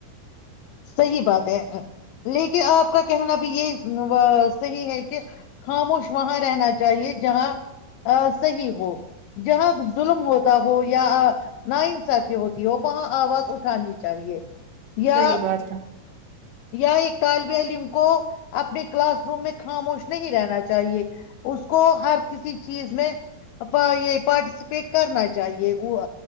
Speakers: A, on the left (about 80°); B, on the right (about 80°).
A: صحی بات ہے لیکن آپ کا کہنا بھی یہ صحیح ہے کہ خاموش وہاں رہنا چاہیے جہاں صحیح ہو جہاں ظلم ہوتا ہو یا نا انصافی ہوتی ہو وہاں آواز اٹھانی چاہیے یا
B: صحی بات ہے
A: یا ایک طالب علم کو اپنے کلاس روم میں خاموش نہیں رہنا چاہیے اس کو ہر کسی چیز میں یہ پارٹیسپیٹ کرنا چاہیے وہ